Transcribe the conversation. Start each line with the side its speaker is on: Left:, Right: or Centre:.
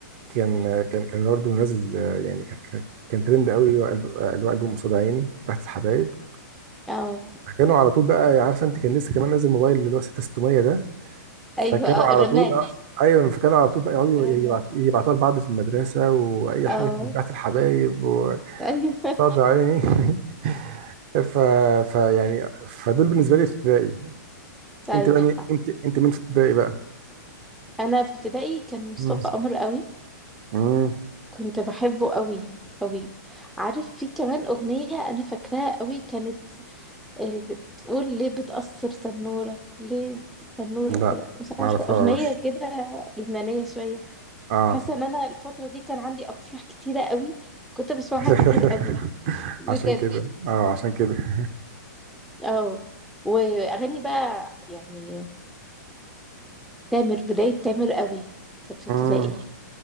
Right: كان
Centre: مم.
Right: كان كان برضه نازل آه، يعني كان كان كان ترند قوي اللي هو ألب- آه، اللي هو ألبوم قصاد عيني راحت الحبايب
Centre: اه
Right: فكانوا على طول بقى عارفه انت كان لسه كمان نازل موبايل اللي هو 6600 ده فكانوا
Centre: ايوه اه
Right: على
Centre: الرنات
Right: طول آه، ايوه فكانوا على طول بقى يقعدوا
Centre: الرنات
Right: يبعتوا يبعتوها لبعض في المدرسه واي
Centre: اه
Right: حاجه بتاعت الحبايب وقصاد
Centre: ايوه
Right: عيني <laughs> ف فيعني فدول بالنسبه لي في ابتدائي
Centre: <laughs> ايوه
Right: انت بقى مين
Centre: صح
Right: انت انت مين في ابتدائي بقى؟
Centre: انا في ابتدائي كان مصطفى
Right: مم.
Centre: قمر قوي
Right: مم.
Centre: كنت بحبه قوي قوي عارف في كمان اغنيه انا فاكراها قوي كانت آه، بتقول ليه بتأثر تنوره ليه تنوره
Right: لا
Centre: كده مش
Right: ما
Centre: عارفه
Right: اعرفهاش
Centre: اغنيه كده لبنانيه شويه
Right: اه
Centre: حاسه ان انا الفتره دي كان عندي افراح كتيره قوي فكنت بسمعها
Right: <laughs>
Centre: كتير قوي بجد
Right: عشان كده <laughs> اه عشان كده <laughs>
Centre: اه واغاني بقى يعني تامر بداية تامر قوي كانت في
Right: اه
Centre: ابتدائي